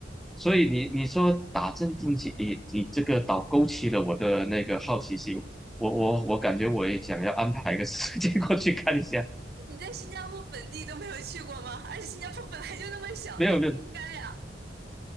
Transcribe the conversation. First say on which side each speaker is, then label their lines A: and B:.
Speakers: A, in the centre; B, on the right.
A: 所以你你说打镇定剂，你你这个倒勾起了我的那个好奇心，我我我感觉我也想要安排一个 <laughs> 时间过去看一下。
B: 你在新加坡本地都没有去过吗？而且新加坡本来就那么小，
A: 没有没有，
B: 这不应该呀。